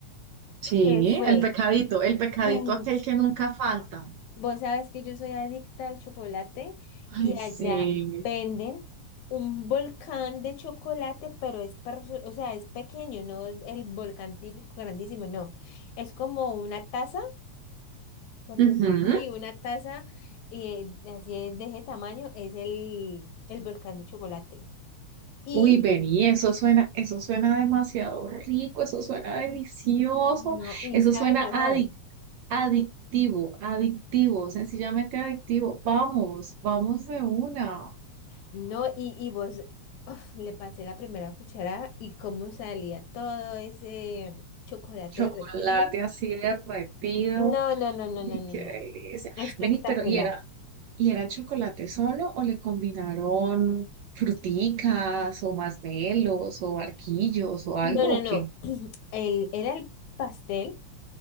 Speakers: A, on the right; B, on the left.
A: Sí,
B: que fue,
A: el pecadito, el pecadito
B: <clears throat> ay,
A: aquel que nunca falta.
B: vos sabes que yo soy adicta al chocolate
A: Ay,
B: y
A: sí.
B: allá venden un volcán de chocolate, pero es, perso- o sea, es pequeño, no es el volcán típico grandísimo, no. Es como una taza. Por
A: Ujú.
B: decir, sí, una taza eh, así es de ese tamaño es el, el volcán de chocolate. Y
A: Uy, vení, eso suena, eso suena demasiado rico, eso suena delicioso,
B: no, y
A: eso
B: sabe
A: suena
B: mejor.
A: adic- adictivo, adictivo, sencillamente adictivo. Vamos, vamos de una.
B: No, y, y vos uf, le pasé la primera cucharada y cómo salía todo ese chocolate
A: Chocolate
B: derretido.
A: así derretido.
B: No, no, no, no,
A: Uy,
B: no, no,
A: qué
B: no.
A: delicia.
B: Espectacular.
A: Vení, pero ¿y era, y era el chocolate solo o le combinaron fruticas o masmelos o barquillos o algo
B: No, no,
A: o
B: no.
A: qué?
B: <clears throat> El, era el pastel,